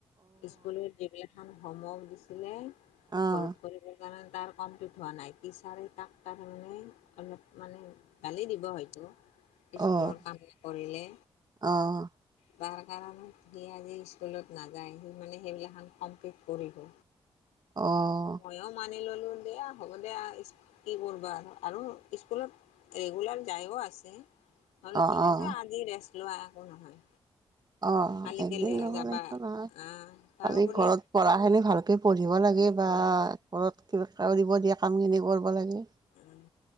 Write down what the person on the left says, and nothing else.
স্কুলত যিবিলাখন হোমৱৰ্ক দিছিলে
ঘৰত কৰিবৰ কাৰণে, তাৰ কমপ্লিট হোৱা নাই, টিচাৰে তাক তাৰমানে অলপ মানে গালি দিব হয়তো,
স্কুলৰ কাম নকৰিলে।
তাৰ কাৰণত সি আজি স্কুলত নাযায়, সি মানে সেইবিলাখান কমপ্লিট কৰিব।
মইও মানি ল'লো দেয়া হ'ব দেয়া কি কৰিবা আৰু আৰু স্কুলত ৰেগুলাৰ যায়ও আছে। হ'লো
ঠিক আছে আজি ৰেষ্ট লোৱা একো নহয়।
কালিকেলে
হে যাবা
আহ
তাৰোপৰি
অ
উম